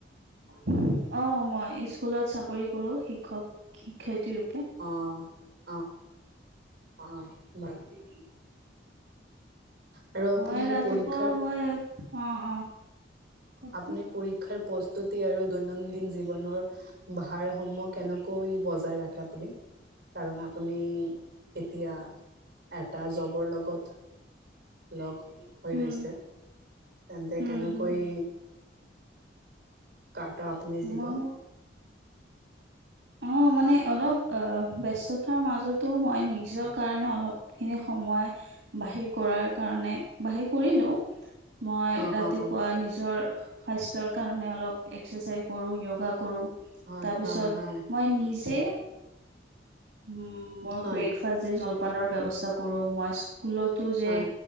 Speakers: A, on the right; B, on the right.
A: অ'! মই, স্কুলত চাকৰি কৰোঁ, শিক্ষক-শিক্ষয়িত্ৰী ৰূপে।
B: অ'! অ'! অ'! বাৰু। আৰু আপুনি
A: মই ৰাতিপুৱা
B: পৰীক্ষাৰ
A: মই, অ'! অ'! কওকচোন
B: আপুনি পৰীক্ষাৰ প্ৰস্তুতি আৰু দৈনন্দিন জীৱনৰ ভাৰসাম্য কেনেকৈ বজাই ৰাখে আপুনি? কাৰণ, আপুনি এতিয়া, এটা জবৰ লগত লগ হৈ
A: উম
B: ৰৈছে। তেন্তে,
A: হম
B: কেনেকৈ
A: হম হম
B: <unintelligible> আপুনি জীৱন?
A: মই অ'! মানে, অলপ আঁ ব্যস্ততাৰ মাজতো মই, নিজৰ কাৰণে অলপ খিনি সময়, বাহিৰ কৰাৰ কাৰণে, বাহিৰ কৰিলোঁ। মই
B: অ
A: ৰাতিপুৱা
B: অ অ
A: নিজৰ স্বাস্থ্যৰ কাৰণ, অলপ এক্সাৰচাইজ কৰোঁ, য়োগা কৰোঁ।
B: হয়
A: তাৰপিছত,
B: হয় হয়
A: মই নিজে, উম! মই
B: হয়,
A: ব্ৰেক ফাৰ্ষ্ট দে, জলপানৰ ব্যৱস্থা কৰোঁ। মই স্কুলতো যে,
B: হয়,